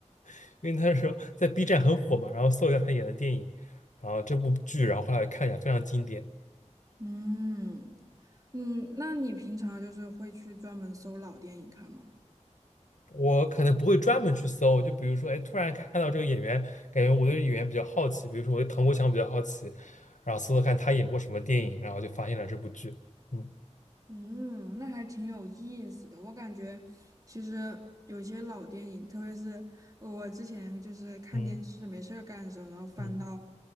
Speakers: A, on the left (about 85°); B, on the right (about 30°).
A: <laughs> 因为他是在 B 站很火嘛，然后搜一下他演的电影，然后这部剧，然后后来看一下，非常经典。
B: 嗯嗯，那你平常就是会去专门搜老电影看吗？
A: 我可能不会专门去搜，就比如说，哎，突然看到这个演员，感觉我对演员比较好奇，比如说我对唐国强比较好奇，然后搜搜看他演过什么电影，然后就发现了这部剧。嗯
B: 嗯，那还挺有意思的。我感觉其实有些老电影，特别是呃我之前就是看电视没事儿干的时候，
A: 嗯
B: 然后翻到
A: 嗯